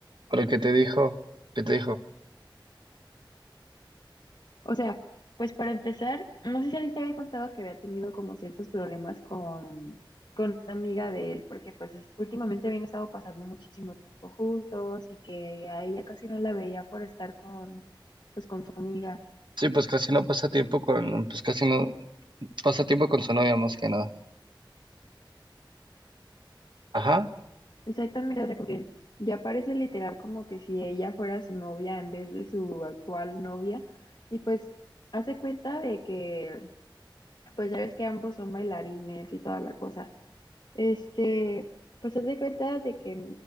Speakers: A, on the right; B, on the left.
A: ¿Pero qué te dijo? ¿Qué te dijo?
B: O sea, pues para empezar, no sé si alguien te había contado que había tenido como ciertos problemas con, con una amiga de él, porque pues es- últimamente habían estado pasando muchísimo tiempo juntos y que a ella casi no la veía por estar con, pues con su amiga.
A: Sí, pues casi no pasa tiempo con, pues casi no pasa tiempo con su novia más que nada. Ajá.
B: Exactamente, o sea, como que ya parece literal como que si ella fuera su novia en vez de su actual novia. Y pues hace cuenta de que, pues ya ves que ambos son bailarines y toda la cosa. Este, pues hace cuenta de que